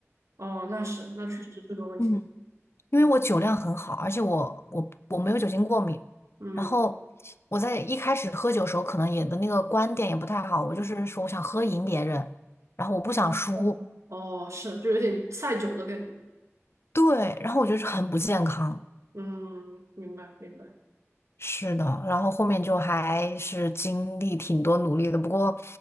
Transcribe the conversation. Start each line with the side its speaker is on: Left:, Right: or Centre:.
Right: 哦，那是，那确实是个问题。
Left: 嗯，因为我酒量很好，而且我我我没有酒精过敏。
Right: 嗯，
Left: 然后我在一开始喝酒的时候，可能也的那个观点也不太好，我就是说我想喝赢别人，然后我不想输。
Right: 哦哦，是，就有点赛酒的感觉。
Left: 对，然后我觉得是很不健康。
Right: 嗯，明白明白。
Left: 是的，然后后面就还是经历挺多努力的，不过，